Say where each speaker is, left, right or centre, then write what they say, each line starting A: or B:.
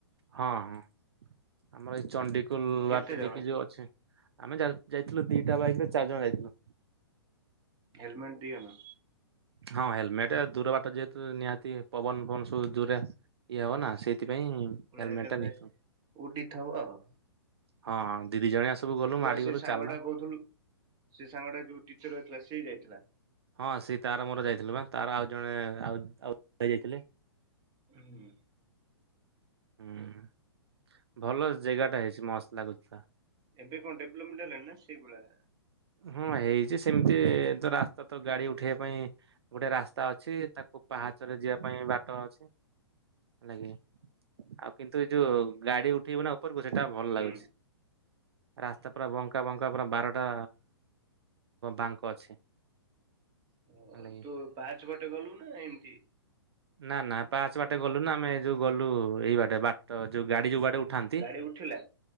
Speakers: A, on the right (about 70°); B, on the right (about 30°).
A: ହଁ-ହଁ ଆମର୍ ଏଇ ଚଣ୍ଡିଖୋଲ୍
B: କେତେ
A: ବାଟ
B: ଜଣ
A: ଦେଇକି ଯୋଉ ଅଛି। ଆମେ ଯାଇ ଯାଇଥିଲୁ ଦିଟା ବାଇକ ରେ ଚାର୍ ଜଣ ଯାଇଥିଲୁ।
B: ହେଲମେଟ୍ ଦିଅନ।
A: ହଁ ହେଲମେଟ୍ ଦୂର ବାଟ ଯେହେତୁ ନିହାତି ପବନ ଫବନ୍ ସବୁ ଦୂରା ଇଏ ହବ ନା ସେଇଥିପାଇଁ
B: ପୂରା ଏକାଥରେ
A: ଟା ନେଇଛି
B: ଉଡିଥବ ଆଉ।
A: ହଁ ଦିଦି ଜଣିଆ ସବୁ ଗଲୁ ମାଡ଼ି
B: ସେ
A: ଗଲୁ
B: ସାଙ୍ଗ
A: ଚାଲ।
B: ଟା କହୁଥିଲୁ ସେ ସାଙ୍ଗଟା ଯୋଉ ଟିଚର୍ ରହିଥିଲା ସେ ଯାଇଥିଲା।
A: ହଁ ସେ ତାର ମୋର ଯାଇଥିଲୁ ବା ତାର ଆଉ ଜଣେ ଆଉ ଆଉ ଜଣେ ଭାଇ ଯାଇଥିଲେ।
B: ହୁଁ।
A: ହୁଁ ଭଲ ଜେଗାଟା ହେଇଛି ମସ୍ତ ଲାଗୁଥିଲା।
B: ଏବେ କଣ ଡେଭଲମେଣ୍ଟ ହେଲାଣି ନା ସେଇଭଳିଆ।
A: ହଁ ହେଇଚି ସେମିତି ତ ରାସ୍ତା ତ ଗାଡି ଉଠେଇବା ପାଇଁ ଗୋଟେ ରାସ୍ତା ଅଛି ତାକୁ ପାହାଚରେ ଯିବା ପାଇଁ ବାଟ ଅଛି। ଲାଗେ ଆଉ କିନ୍ତୁ ଏ ଯୋଉ ଗାଡି ଉଠେଇବୁ ନା ଉପରକୁ ସେଇଟା ଭଲ
B: ହୁଁ।
A: ଲାଗୁଛି ରାସ୍ତା ପୁରା ବଙ୍କା ବଙ୍କା ପୁରା ବାର ତ ବାଙ୍କ ଅଛି ହେଲାଗି।
B: ଓ ତୁ ପାହାଚ ବାଟେ ଗଲୁ ନା ଏମିତି।
A: ନା ନା ପାହାଚ ବାଟେ ଗଲୁ ନୁ ଆମେ ଯୋଉ ଗଲୁ ଏଇ ବାଟେ ବାଟ ଯୋଉ ଗାଡି ଯୋଉ ବାଟେ ଉ ଠାନ୍ତି
B: ଗାଡି ଉଠିଲା